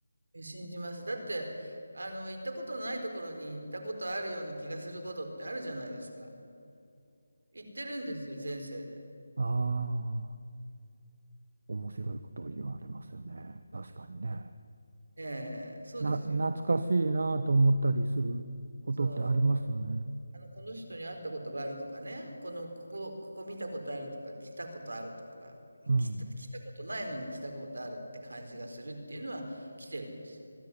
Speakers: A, on the right (about 75°); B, on the right (about 55°).
A: え、信じます。だって、あの、行ったことないところに行ったことあるような気がすることってあるじゃないですか。行ってるんですよ、前世で。
B: あ、面白いことを言われますよね。確かにね。
A: ええ、そうですよ。
B: な、懐かしいなと思ったりすることってありますよね。
A: そう。あの、この人に会ったことがあるとかね、この、ここ、ここ見たことあるとか、来たことあるとか、
B: うん。
A: 来た、来たことないのに来たことあるって感じがするっていうのは来てるんですよ。